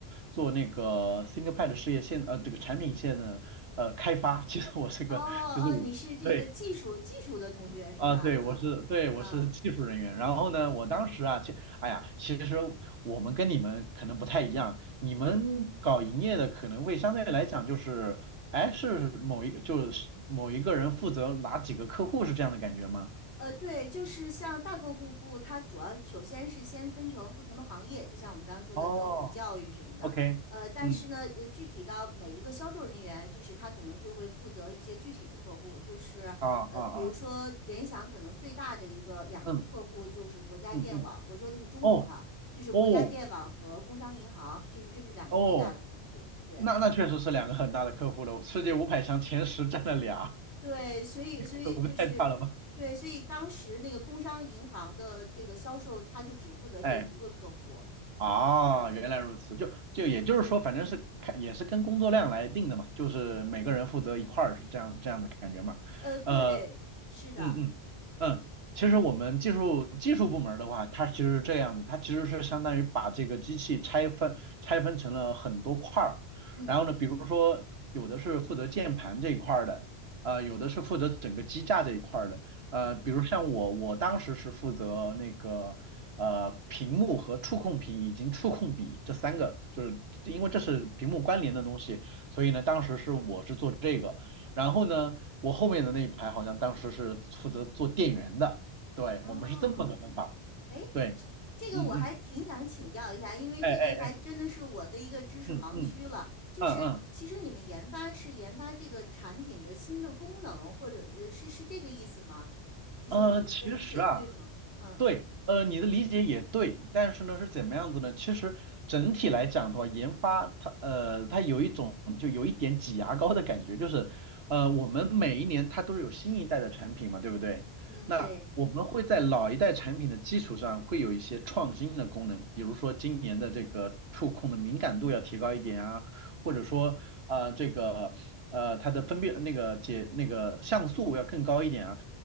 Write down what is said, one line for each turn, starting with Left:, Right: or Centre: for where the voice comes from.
Right: 做那个 ThinkPad 事业线呃这个产品线的呃开发，其实我是个其实我。
Left: 哦哦，你是这个技术技术的同学是吧？
Right: 对，啊，
Left: 啊啊
Right: 对，我是对，我是技术人员。然后呢，
Left: 嗯
Right: 我当时啊，其哎呀，其实我们跟你们可能不太一样，你们搞营业的可能会相对来讲就是，
Left: 嗯。
Right: 哎，是某一就是某一个人负责哪几个客户是这样的感觉吗？
Left: 呃，对，就是像大客户部，它主要首先是先分成不同的行业，就像我们刚刚说的政府、
Right: 哦
Left: 教育什么的。
Right: ，OK，
Left: 呃，但是呢，
Right: 嗯，
Left: 呃，具体到每一个销售人员，就是他可能就会负责一些具体的客户，就是呃，
Right: 啊啊啊，
Left: 比如说联想可能最大的一个两个客户就是国家电网，
Right: 嗯嗯嗯，
Left: 我说的是中国哈，
Right: 哦
Left: 就是国家电网和工商银行，
Right: 哦
Left: 就是这是两个最大的客户，
Right: 哦，
Left: 对。
Right: 那那确实是两个很大的客户了，世界五百强前十占了俩，
Left: 对，所以所以就是对，
Right: 可不太大了吧？
Left: 所以当时那个工商银行的这个销售，他就只负责这一个客户。
Right: 哎。啊，原来如此，就就也就是说，反正是看也是跟工作量来定的嘛，就是每个人负责一块儿，是这样这样的感觉嘛。
Left: 呃，对，
Right: 呃。
Left: 是的，
Right: 嗯嗯嗯，嗯其实我们技术技术部门儿的话，它其实是这样的，它其实是相当于把这个机器拆分拆分成了很多块儿，
Left: 嗯
Right: 然后呢，比如说有的是负责键盘这一块儿的，呃，有的是负责整个机架这一块儿的，呃，
Left: 嗯，
Right: 比如像我，我当时是负责那个呃屏幕和触控屏以及触控笔这三个，就是因为这是屏幕关联的东西，所以呢，当时是我是做这个，然后呢。我后面的那一排好像当时是负责做店员的，对，
Left: 哦，
Right: 我们是这么个分法，
Left: 哎，
Right: 对，
Left: 这个我还挺想请教一下，
Right: 嗯嗯，
Left: 因为这个还真的是我的一个知识盲区了。
Right: 哎哎，嗯嗯
Left: 就是其实你们研发是研发这个产品的新的功能，
Right: 嗯嗯，
Left: 或者呃是是这个意思吗？就是我我的理解对吗？
Right: 呃，其实啊，
Left: 嗯
Right: 对，呃，你的理解也对，但是呢是怎么样子呢？其实整体来讲的话，研发它呃它有一种就有一点挤牙膏的感觉，就是呃我们每一年它都是有新一代的产品嘛，对不对？
Left: 嗯，
Right: 那我们会在老一代产品的基础上会有一些创新的功能，
Left: 对，
Right: 比如说今年的这个触控的敏感度要提高一点啊，或者说啊、
Left: 啊、
Right: 呃这个呃它的分辨那个解那个像素要更高一点啊。